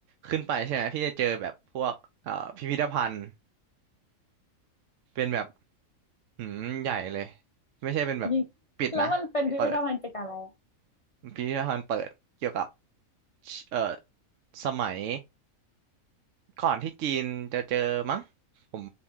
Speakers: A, on the right (about 65°); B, on the left (about 60°).
A: ขึ้นไปใช่ไหมพี่จะเจอแบบพวกเอ่อพิพิธภัณฑ์เป็นแบบหืมใหญ่เลยไม่ใช่เป็นแบบปิดนะเปิด
B: ยิ่งแล้วมันเป็นพิพิธภัณฑ์เกี่ยวกับอะไรอะ
A: พิพิธภัณฑ์เปิดเกี่ยวกับเอ่อสมัย ก่อนที่จีนจะเจอมั้งผม